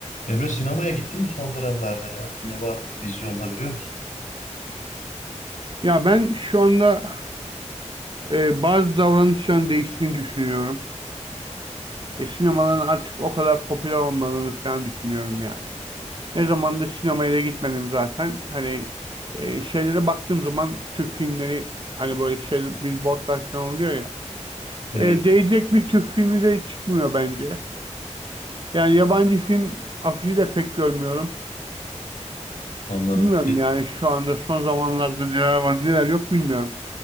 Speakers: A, on the left; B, on the right.
A: Emre sinemaya gittin mi son dönemlerde ya? Ne var vizyonda biliyor musun?
B: Ya ben şu anda e, bazı davranışların değiştiğini düşünüyorum. Ve sinemaların artık o kadar popüler olmadığını falan düşünüyorum yani. Ne zamandır sinemaya da gitmedim zaten. Hani e, şeylere baktığım zaman Türk filmleri hani böyle şey billboardlar falan oluyor ya.
A: Evet,
B: E, değecek bir Türk filmi de çıkmıyor bence. Yani yabancı film afişi de pek görmüyorum.
A: anladım.
B: Bilmiyorum
A: De-
B: yani şu anda son zamanlarda neler var neler yok bilmiyorum.